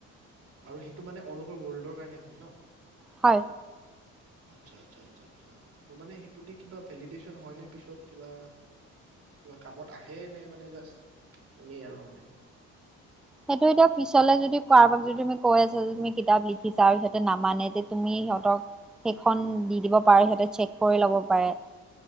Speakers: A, on the right (about 50°); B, in the centre.
A: আৰু সেইটো মানে অ'ল অভাৰ ৱৰ্ল্ডৰ কাৰণে হয় ন'?
B: হয়।
A: আচ্ছা আচ্ছা আচ্ছা আচ্ছা আচ্ছা। টো মানে সেইটো দি কিবা ভেলিদেচন হয় নে পিছত? কিবা, কিবা কামত আহে নে? মানে যষ্ট এনে আৰু মানে।
B: সেইটো এতিয়া পিছলে যদি কাৰোবাক যদি তুমি কৈ আছা যে তুমি কিতাপ লিখিছা আৰু সিহঁতে নামানে যে তুমি সিহঁতক সেইখন দি দিব পাৰা সিহঁতে চেক কৰি ল'ব পাৰে।